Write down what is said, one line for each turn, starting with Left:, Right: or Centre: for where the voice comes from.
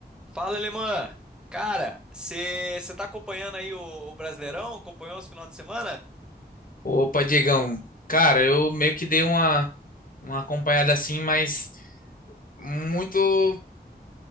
Centre: Fala, Alemã! Cara, você tá acompanhando aí o, o Brasileirão? Acompanhou os final de semana?
Left: Opa, Diegão. Cara, eu meio que dei uma, uma acompanhada assim, mas muito